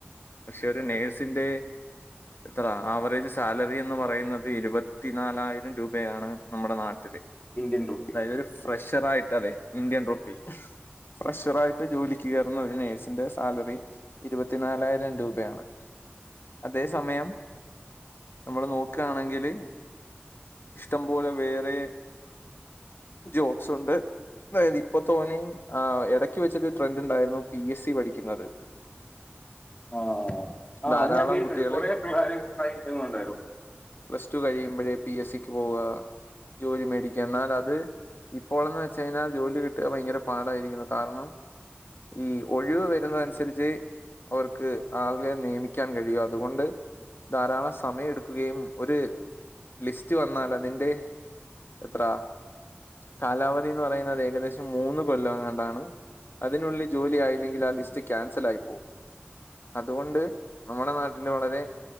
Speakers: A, on the left; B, on the left.
A: പക്ഷെ ഒരു
B: അതെ
A: നേഴ്സിന്റെ
B: അതെ
A: ഇത്ര ആവറേജ് സാലറി എന്ന് പറയുന്നത് ഇരുപത്തി നാലായിരം രൂപയാണ് നമ്മുടെ നാട്ടില്.
B: ഇന്ത്യൻ റുപ്പി
A: അതായതൊരു ഫ്രഷറായിട്ടറെ ഇന്ത്യൻ റുപ്പി ഫ്രഷറായിട്ട് ജോലിക്ക് കേർ ഇതൊന്നൊരു ഒരു നഴ്സിന്റെ സാലറി ഇരുപത്തിനാലായിരം രൂപയാണ്. അതേ സമയം നമ്മള് നോക്കാണെങ്കില് ഇഷ്ടം പോലെ വേറെ ജോബ്സ് ഉണ്ട് അതായത് ഇപ്പൊ തോനയും ആ എടക്ക് വെച്ചിട്ടരു ട്രെൻഡ് ഉണ്ടായിരുന്നു പി എസ് സി പഠിക്കുന്നത്.
B: ആഹ് ആഹ്
A: ധാരാളം
B: അത് ഞാൻ കേട്ടിട്ടുണ്ട്
A: കുട്ടികൾ
B: കൊറെ പിള്ളേര് പഠിക്കിന്നുണ്ടായിരുന്നു
A: പ്ലസ്ടു കഴിയുമ്പോഴേ പി എസ് സി ക്ക് പോവ ജോലി മേടിക്ക എന്നാലത്. ഇപ്പോളെന്ന് വെച്ച് കഴിഞ്ഞാ ജോലി കിട്ടുക ഭയങ്കര പാടായിരിക്കുന്നു കാരണം ഈ ഒഴിവ് വരുന്നെ അനുസരിച്ചെ അവർക്ക് ആളുകളെ നിയമിക്കാൻ കഴിയു അതുകൊണ്ട് ധാരാളം സമയം എടുക്കുകയും ഒരു ലിസ്റ്റ് വന്നാൽ അതിന്റെ എത്ര? കാലാവധി ന്ന് പറയുന്നത് ഏകദേശം മൂന്ന് കൊല്ലംങ്ങാണ്ടാണ് അതിനുള്ളി ജോലി ആയില്ലെങ്കില് ആ ലിസ്റ്റ് ക്യാൻസലായി പോവും അതുകൊണ്ട് നമ്മുടെ നാട്ടി പിന്നെ വളരെ